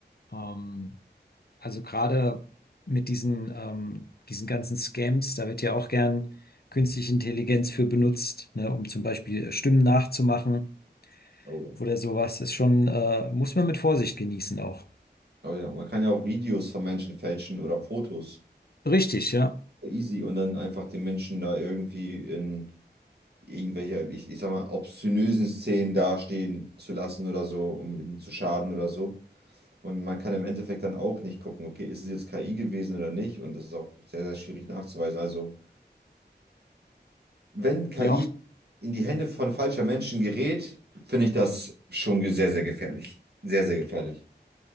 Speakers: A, on the left; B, on the right.
A: Ähm, also gerade mit diesen, ähm, diesen ganzen Scams, da wird ja auch gern künstliche Intelligenz für benutzt, ne, um zum Beispiel äh, Stimmen nachzumachen
B: Oh ja.
A: oder sowas. Ist schon, äh, muss man mit Vorsicht genießen auch.
B: Oh ja, man kann ja auch Videos von Menschen fälschen oder Fotos.
A: Richtig, ja.
B: Easy. Und dann einfach den Menschen da irgendwie in irgendwelche, ich, ich sag mal, obszönösen Szenen dastehen zu lassen oder so, um ihnen zu schaden oder so. Und man kann im Endeffekt dann auch nicht gucken, okay, ist es jetzt KI gewesen oder nicht? Und das ist auch sehr, sehr schwierig nachzuweisen. Also, wenn KI
A: Ja, auch
B: in die Hände von falscher Menschen gerät, finde ich das schon ge- sehr, sehr gefährlich. Sehr, sehr gefährlich.